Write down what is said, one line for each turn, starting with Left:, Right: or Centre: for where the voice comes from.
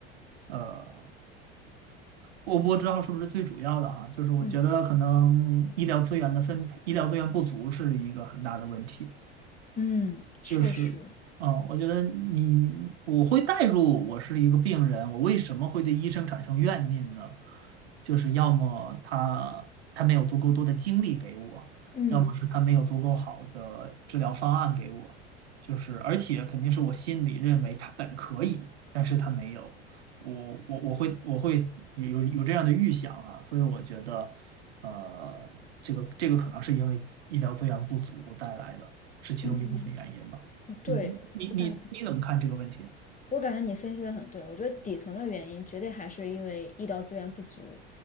Right: 呃，我不知道是不是最主要的哈，就是我觉得可能医疗资源的分配，
Left: 嗯
Right: 医疗资源不足是一个很大的问题。
Left: 嗯，确实。
Right: 就是，啊，我觉得你我会带入我是一个病人，我为什么会对医生产生怨念呢？就是要么他他没有足够多的精力给我，
Left: 嗯，
Right: 要么是他没有足够好的治疗方案给我，就是而且肯定是我心里认为他本可以，但是他没有，我我我会我会有有有这样的预想啊，所以我觉得，呃，这个这个可能是因为医疗资源不足带来的，是其中一部分原因吧。
Left: 嗯，对，
Right: 你你你你怎么看这个问题？
Left: 我感，我感觉你分析的很对，我觉得底层的原因绝对还是因为医疗资源不足，